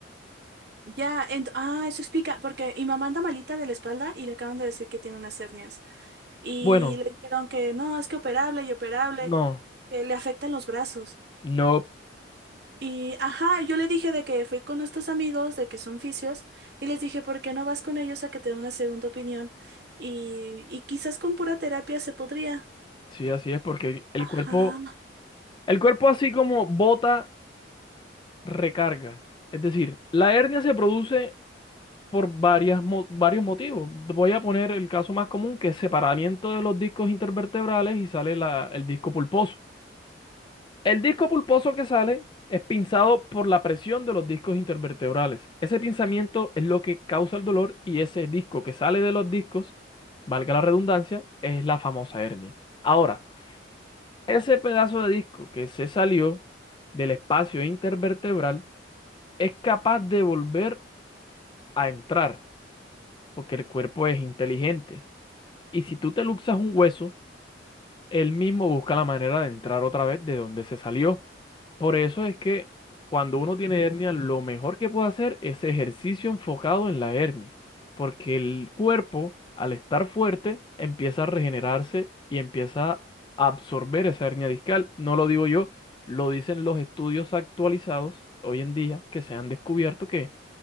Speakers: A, on the right; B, on the left.
A: Ya, ent- ah, eso explica, porque mi mamá anda malita de la espalda y le acaban de decir que tiene unas hernias. Y
B: Bueno,
A: le dijeron que no, es que operable y operable,
B: no,
A: que le afectan los brazos.
B: no,
A: Y, ajá, yo le dije de que fui con estos amigos, de que son fisios, y les dije, ¿por qué no vas con ellos a que te den una segunda opinión? Y, y quizás con pura terapia se podría.
B: sí, así es, porque el el
A: Ajá.
B: cuerpo, el cuerpo así como bota, recarga. Es decir, la hernia se produce por varias, mo- varios motivos. Voy a poner el caso más común, que es separamiento de los discos intervertebrales y sale la- el disco pulposo. El disco pulposo que sale es pinzado por la presión de los discos intervertebrales. Ese pinzamiento es lo que causa el dolor y ese disco que sale de los discos, valga la redundancia, es la famosa hernia. Ahora, Ese pedazo de disco que se salió del espacio intervertebral es capaz de volver a entrar, porque el cuerpo es inteligente. Y si tú te luxas un hueso, él mismo busca la manera de entrar otra vez de donde se salió. Por eso es que cuando uno tiene hernia, lo mejor que puede hacer es ejercicio enfocado en la hernia, porque el cuerpo, al estar fuerte, empieza a regenerarse y empieza a absorber esa hernia discal. No lo digo yo, lo dicen los estudios actualizados hoy en día que se han descubierto que